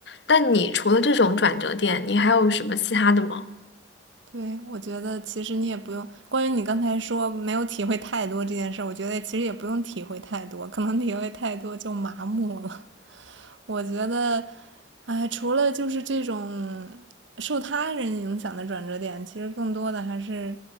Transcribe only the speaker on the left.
但你除了这种转折点，你还有什么其他的吗？